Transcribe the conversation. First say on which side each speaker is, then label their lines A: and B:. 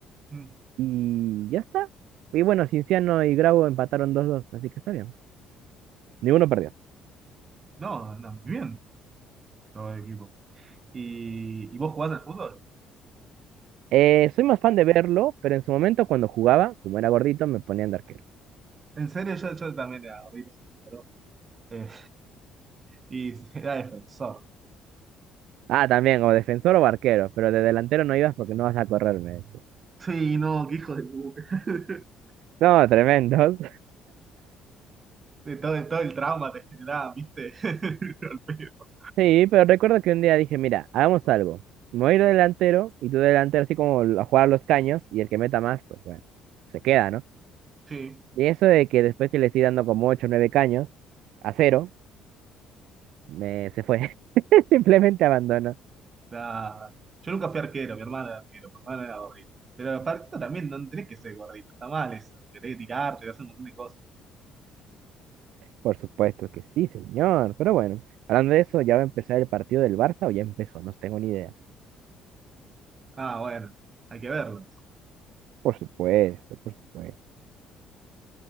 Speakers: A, on the right; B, on the right.
A: Mm.
B: Y ya está. Y bueno, Cinciano y Grau empataron dos dos así que está bien. Ninguno perdió.
A: No, anda muy bien. Todo el equipo. y, y vos jugás al fútbol.
B: Eh, soy más fan de verlo, pero en su momento cuando jugaba, como era gordito, me ponían de arquero.
A: En serio, yo, yo también era gordito, sí, sí, pero, eh, y <laughs> era defensor.
B: Ah, también, o defensor o arquero, pero de delantero no ibas porque no vas a correr, me decía.
A: Sí, no, qué hijo de puta. <laughs>
B: No, tremendos.
A: De todo, de todo el trauma te generaba, ¿viste? <laughs> Al pedo.
B: Sí, pero recuerdo que un día dije, mira, hagamos algo. Me voy a ir de delantero y tú de delantero así como a jugar a los caños y el que meta más, pues bueno, se queda, ¿no?
A: Sí,
B: Y eso de que después que le estoy dando como 8, o 9 caños a cero, me se fue. <laughs> Simplemente abandonó.
A: la- yo nunca fui arquero, mi hermana era arquero, mi hermana era gordita. Pero arquero también no tenés que ser gordito, está mal eso, que tenés que tirarte, que hacer un montón de cosas.
B: Por supuesto que sí, señor. Pero bueno, hablando de eso, ¿ya va a empezar el partido del Barça o ya empezó? No tengo ni idea.
A: Ah, bueno, hay que verlo.
B: Por supuesto, por supuesto.